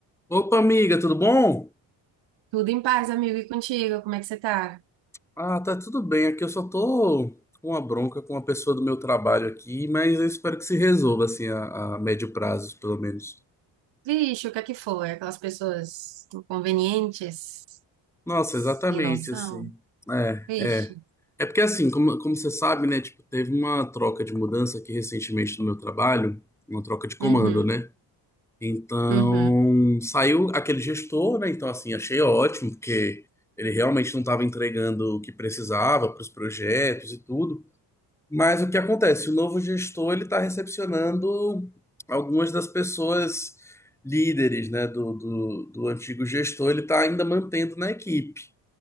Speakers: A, in the centre; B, on the right (about 75°).
A: Opa, amiga, tudo bom?
B: Tudo em paz, amigo. E contigo? Como é que você tá?
A: Ah, tá tudo bem. Aqui eu só tô com uma bronca com uma pessoa do meu trabalho aqui, mas eu espero que se resolva, assim, a, a médio prazo, pelo menos.
B: Vixe, o que é que foi? Aquelas pessoas inconvenientes,
A: Nossa,
B: sem
A: exatamente,
B: noção.
A: assim. É,
B: Vixe.
A: é. É porque, assim, como, como você sabe, né, tipo, teve uma troca de mudança aqui recentemente no meu trabalho, uma troca de comando,
B: Uhum,
A: né? Então,
B: uhum,
A: saiu aquele gestor, né? Então, assim, achei ótimo, porque ele realmente não estava entregando o que precisava para os projetos e tudo. Mas o que acontece? O novo gestor ele está recepcionando algumas das pessoas líderes, né, do, do, do antigo gestor, ele está ainda mantendo na equipe.